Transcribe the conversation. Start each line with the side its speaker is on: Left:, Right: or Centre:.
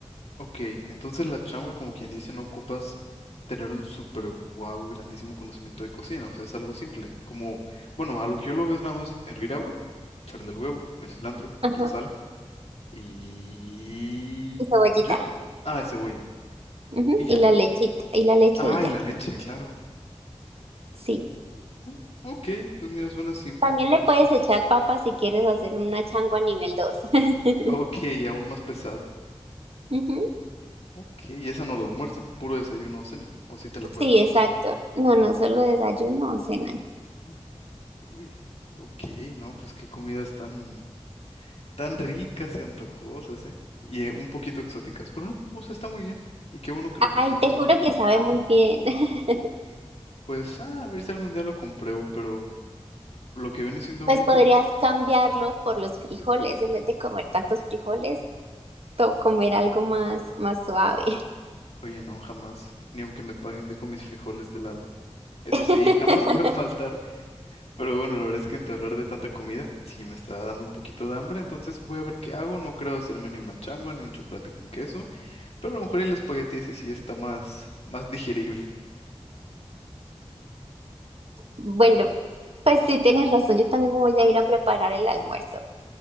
Left: Ok, entonces la changua, como quien dice, no ocupas tener un super wow, grandísimo conocimiento de cocina, o sea, es algo simple, como, bueno, a lo que yo lo veo es nada más hervir agua, echarle el huevo, el cilantro,
Right: Ajá.
Left: la sal y...
Right: Y cebollita.
Left: ¿Ya? Ah, y cebolla.
Right: Ujú,
Left: ¿Y ya?
Right: Y la lechita, y la leche
Left: Ah,
Right: y ya.
Left: y la leche, claro.
Right: Sí.
Left: Mm, Ok, pues mira, suena simple,
Right: También
Left: por
Right: le puedes
Left: eso.
Right: echar papa si quieres hacer una changua nivel dos <laughs>
Left: Ok, aún más pesada.
Right: Ujú,
Left: Ok, y esa no la almuerzan, puro desayuno o cena, o si te la puedes
Right: Sí,
Left: almorzar.
Right: exacto. No, no solo desayuno o cena.
Left: Mm. Uy, ok, no, pues qué comidas tan... tan ricas y antojosas, ¿eh? Y eh, un poquito exóticas, pero no, o sea, está muy bien. Y qué bueno que lo cocines
Right: Ay, te
Left: tú.
Right: juro que sabe muy bien. <laughs>
Left: Pues, ah, a ver si algún día lo compruebo, pero lo que viene siendo
Right: Pues
Left: ahorita,
Right: podrías cambiarlo por los frijoles. En vez de comer tantos frijoles, to- comer algo más, más suave.
Left: oye, no, jamás, ni aunque me paguen, dejo mis frijoles del alma. Eso
Right: <laughs>
Left: sí, jamás <laughs> pueden faltar, pero bueno, la verdad es que entre hablar de tanta comida, sí me está dando un poquito de hambre, entonces voy a ver qué hago, no creo hacerme ni una changua, ni un chocolate con queso, pero a lo mejor el espagueti ese sí está más, más digerible.
Right: Bueno, pues sí, tienes razón. Yo también voy a ir a preparar el almuerzo.